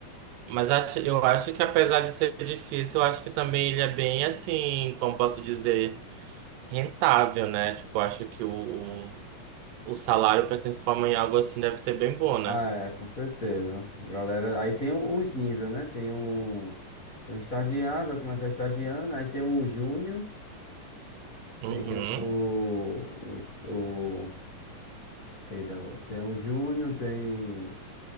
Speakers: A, on the right (about 85°); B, on the left (about 30°).
A: Mas acho, eu acho que apesar de ser difícil, eu acho que também ele é bem assim, como posso dizer, rentável, né? Tipo, eu acho que o, o, o salário para quem se forma em algo assim deve ser bem bom, né?
B: Ah, é, com certeza. Galera, aí tem o- os níveis, né? Tem um, tem um estagiário, vai começar estagiando, aí tem um júnior.
A: Uhum,
B: Tem o, o, o eita, tem o Júnior, tem.